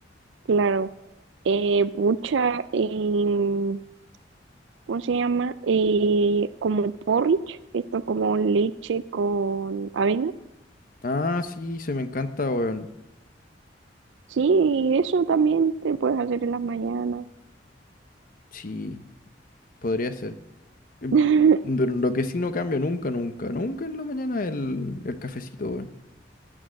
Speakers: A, on the right; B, on the left.
A: claro, eh, pucha, em, ¿cómo se llama? Eh, como porridge, esto como leche con avena.
B: Ah, sí, se me encanta, weón.
A: Sí, eso también te puedes hacer en las mañanas.
B: Sí, podría ser. Em,
A: <laughs>
B: pero Lo que sí no cambio nunca, nunca, nunca en la mañana el, el cafecito, weón.